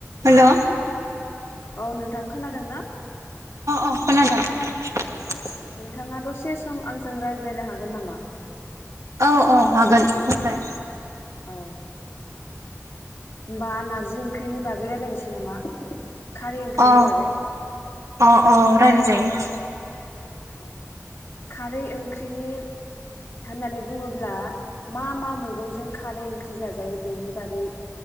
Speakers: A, on the right; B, on the left.
A: Hello.
B: औ नोंथां खोनादों ना?
A: अ खोनादों।
B: नोंथाङा दसे सम आंजों रायज्लायनो हागोन नामा?
A: अ अ हागोन बुंलाय।
B: औ। होमबा नार्जि ओंख्रिनि बागै रायलायनोसै नामा? खारै ओंख्रिनि
A: अ
B: बागै
A: अ अ रायलाय जायो। <inaudible>
B: अ खारै ओंख्रिनि होननानै बुङोब्ला मा मा मैगंजों खारै ओंख्रि जाजायो बेनि बागै